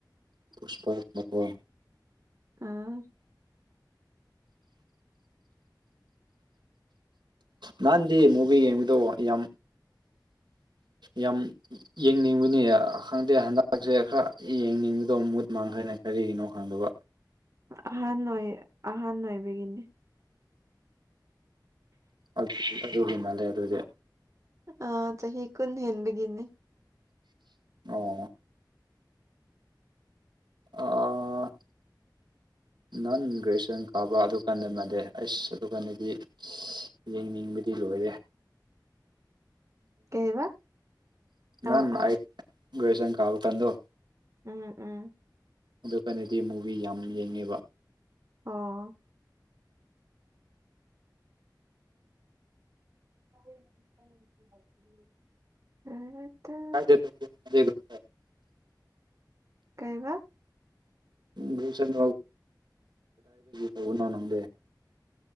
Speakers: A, on the right (about 80°); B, on the right (about 45°).
A: <unintelligible>
B: ꯑꯥ <inaudible>
A: ꯅꯥꯟꯗꯤ ꯃꯨꯕꯤ ꯌꯦꯡꯉꯗꯣ ꯌꯥꯝ ꯌꯥꯝ ꯌꯦꯡꯅꯤꯡꯕꯅꯤ ꯈꯪꯗꯦ ꯍꯟꯗꯛꯁꯦ ꯈꯔ ꯌꯦꯡꯅꯤꯡꯕꯗꯣ ꯃꯨꯠ ꯃꯥꯡꯈꯔ꯭ꯦꯅꯦ ꯀꯔꯤꯒꯤꯅꯣ ꯈꯪꯗꯕ
B: ꯑꯍꯟ ꯑꯣꯏꯌꯦ ꯑꯍꯟ ꯑꯣꯏꯕꯒꯤꯅꯦ
A: ꯑꯗꯨ ꯑꯗꯨꯒꯤ ꯃꯥꯜꯂꯦ ꯑꯗꯨꯗꯤ꯫
B: ꯑ ꯆꯍꯤ ꯀꯨꯟ ꯍꯦꯟꯕꯒꯤꯅꯦ꯫
A: ꯑꯣ ꯑꯥ꯫
B: <inaudible>
A: ꯅꯍꯥꯟ ꯒ꯭ꯔꯦꯖꯨꯑꯦꯁꯟ ꯀꯥꯕ ꯑꯗꯨ ꯀꯥꯟꯗ ꯃꯥꯜꯗꯦ ꯑꯩꯁ ꯑꯗꯨꯀꯥꯟꯗꯗꯤ꯫ ꯌꯦꯡꯅꯤꯡꯕꯗꯤ ꯂꯣꯏꯔꯦ꯫
B: ꯀꯩꯕ
A: ꯅꯍꯥꯟ
B: ꯑꯣ ꯑꯣ
A: ꯑꯩ ꯒꯔ꯭ꯦꯖꯨꯑꯁꯟ ꯀꯥꯕ ꯀꯟꯗꯣ꯫
B: ꯎꯝ ꯎꯝ
A: ꯑꯗꯨ ꯀꯅꯗꯤ ꯃꯨꯚꯤ ꯌꯥꯝ ꯌꯦꯡꯉꯦꯕ
B: ꯑꯣ <inaudible> <unintelligible>
A: <unintelligible>
B: ꯀꯩꯕ
A: ꯒ꯭ꯔꯦꯖꯨꯋꯦꯁꯟ <unintelligible>